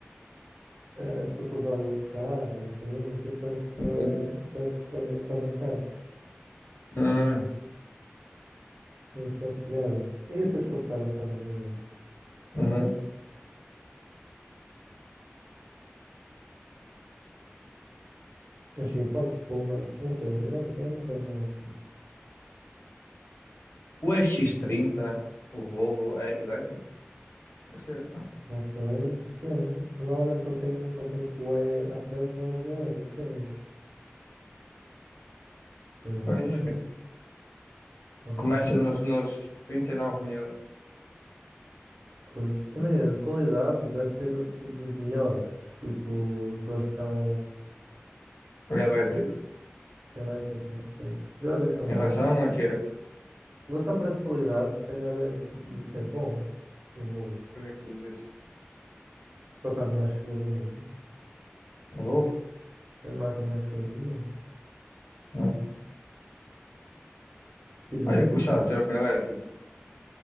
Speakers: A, on the right (about 75°); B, on the left (about 80°).
A: a, tipo, a curvar o carro e assim, aquilo parece, bué-
B: Uhum,
A: parece quase, um- quase um kart.
B: uhum,
A: Tem esse método de piada. E esse é descapotável também, ajuda.
B: uhum.
A: Mas sim, fortes fumas, não sei, eu não, eu não quero usar mais
B: O E X trinta, o Volvo, é elétrico? Deve ser, não.
A: Não sei, depende. Normalmente quando tem, quando tem poé à frente, normalmente é elétrico, sim. né? Mas não
B: Pois.
A: sei, pode
B: Começa
A: não ser.
B: nos, nos 39 mil
A: Pois, imagina, de qualidade deve ser dos melhores. Tipo, relação
B: elétrico.
A: elétrica, né? Pois, os elétricos são
B: Em
A: baratos.
B: relação a quê?
A: Relação preço-qualidade, se calhar é, de- é bom. O Volvo.
B: por que é que diz isso?
A: É o carro mais seguro do mundo.
B: A Volvo?
A: É a marca mais segura do mundo.
B: Não.
A: Tipos
B: Ah,
A: assim,
B: eu gostava de ter um elétrico.